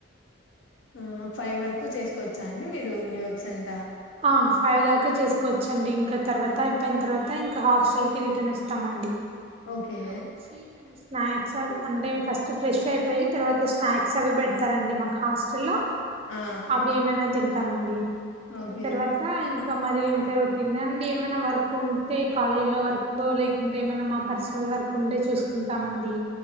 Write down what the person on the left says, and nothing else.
ఆ ఫైవ్ వరకు చేసుకోవచ్చా అండి. మీరు మీ వర్సంత
ఓకే
ఆ
ఓకే